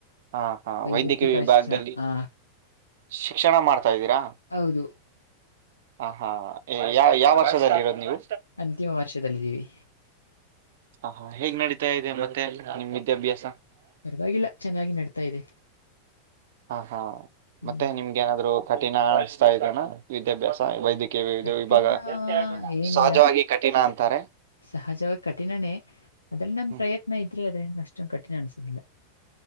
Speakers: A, on the right (about 55°); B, on the left (about 80°).
A: ಹಾ ಹಾ
B: ವೈ-
A: ವೈದ್ಯಕೀಯ
B: ವೃತ್ತಿಪರ
A: ವಿಭಾಗದಲ್ಲಿ
B: ಶಿಕ್ಷಣ ಆ
A: ಶಿಕ್ಷಣ ಮಾಡ್ತಾ್ದೀರಾ
B: ಹೌದು
A: ಹಾ ಹಾ ಯ ಯಾವ ವರ್ಷ ಇರ ನೀವು
B: ಅಂತಿಮ ವರ್ಷದಲ್ಲಿದ್ದೀವಿ
A: ಹ ಹಾ ಹೇಗ್ ನಡೀತಾ ಇದೆ ಮತ್ತೆ ನಿಮ್ ವಿದ್ಯಾಭ್ಯಾಸ
B: ಪರವಾಗಿಲ್ಲ ಚೆನ್ನಾಗಿ ನಡ್ತಾ ಇದೆ
A: ಆ ಹಾ ಹಾ
B: ಹ್ಮ್
A: ಮತ್ತೆ ನಿಮ್ಗೆ ಏನಾದ್ರು ಕಠಿಣ ಅಣಿಸ್ತಾ ಇದನಾ ವಿದ್ಯಾಭ್ಯಾಸ ವೈದ್ಯ
B: ಕಠಿಣ
A: ವಿಭಾಗ
B: ಏನಿಲ್ಲ
A: ಸಹಜವಾಗಿ ಕಠಿಣ ಅಂತಾರೆ
B: ಸಹಜವಾಗಿ ಕಠಿಣವೇ ಅದ್ರಲ್ಲಿ ನಮ್
A: ಹ
B: ಪ್ರಯತ್ನ ಇದ್ರೆ ಅದ್ರ ಅಷ್ಟೊಂದು ಕಠಿಣ ಅನ್ಸೋುದಿಲ್ಲ